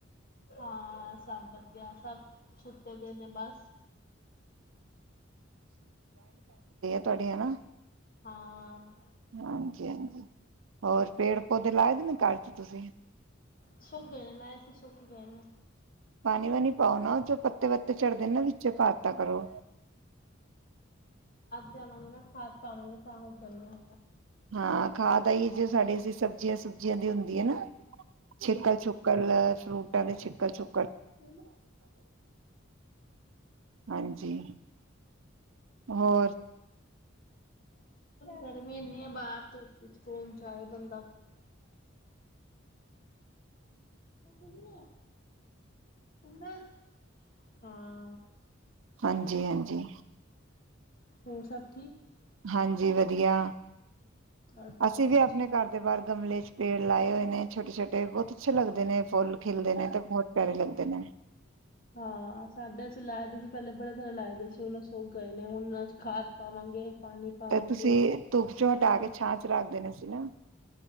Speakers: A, on the left (about 45°); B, on the right (about 80°).
A: ਹਾਂ ਸਭ ਵਧੀਆ, ਸਭ ਸੁੱਤੇ ਦੇ ਨੇ ਬਸ
B: ਤੁਹਾਡੇ ਹਨਾ
A: ਹਾਂ,
B: ਹਾਂਜੀ-ਹਾਂਜੀ ਹੋਰ ਪੇੜ ਪੌਦੇ ਲਾਏ ਦੇ ਨੇ ਘਰ ਚ ਤੁਸੀਂ
A: ਸੁੱਕ ਗਏ ਨੇ ਲਾਏ ਸੀ ਸੁੱਕ ਗਏ ਨੇ।
B: ਪਾਣੀ ਵਾਣੀ ਪਾਓ ਨਾ ਚ ਪੱਤੇ ਵੱਤੇ ਚੜਦੇ ਨਾ ਵਿੱਚ ਪਾਤਾ ਕਰੋ।
A: ਦੇਵਾਂਗੇ ਨਾ ਖਾਦ ਪਾਵਾਂਗੇ ਤਾਂ ਉਹ ਕਰੇਗਾ ਹੁਣ
B: ਹਾਂ ਖਾਦ ਇਹੀ ਜੋ ਸਾਡੇ ਸੀ ਸਬਜ਼ੀਆਂ ਸੁਬ ਬਜ਼ੀਆਂ ਦੀ ਹੁੰਦੀ ਹੈ ਨਾ ਛਿੱਕਲ- ਛੁਕਲ ਫਰੂ ਕਹਿੰਦੇ ਛਿਕਲ ਛੂ
A: <inaudible>
B: ਹਾਂਜੀ ਹੋਰ
A: ਗਰਮੀ ਐਨੀ ਐ ਬਾਹਰ ਧੁੱਪ ਚ ਕੌਣ ਚ ਬੰ <inaudible> ਮੰਮਾ ਹਾਂ,
B: ਹਾਂਜੀ ਹਾਂਜੀ
A: ਹੋਰ ਸਭ ਠੀਕ।
B: ਹਾਂਜੀ ਵਧੀਆ।
A: ਅੱਛਾ
B: ਅਸੀਂ
A: ਅੱਛਾ
B: ਵੀ ਆਪਣੇ ਘਰ ਦੇ ਬਾਹਰ ਗਮਲੇ ਚ। ਪੇੜ ਲਾਏ ਹੋਏ ਨੇ ਛੋਟੇ ਛੋਟੇ ਬਹੁਤ ਅੱਛੇ ਲੱਗਦੇ ਨੇ ਫੁੱਲ ਖੇਲਦੇ ਨੇ ਤੇ ਬਹੁਤ ਪਿਆਰੇ ਲੱਗਦੇ ਨੇ।
A: ਹਾਂ ਸਾਡੇ ਅਸੀਂ ਲਾਏ ਦੇ ਸੀ ਪਹਿਲੇ ਬੜੇ ਸਾਰੇ ਲਾਏ ਦੇ ਸੀ ਉਹ ਸੌ ਗਏ ਨੇ ਹੁਣ ਅ ਖਾਦ ਪਾਵਾਂਗੇ। ਪਾਣੀ ਪਾਵਾਂਗੇ
B: ਤੇ ਤੁਸੀਂ ਧੁੱਪ ਚੋਂ ਹਟਾ
A: ਫਿਰ
B: ਕੇ ਛਾਂ ਚ ਰੱਖ ਦੇਣਾ ਸੀ ਨਾ।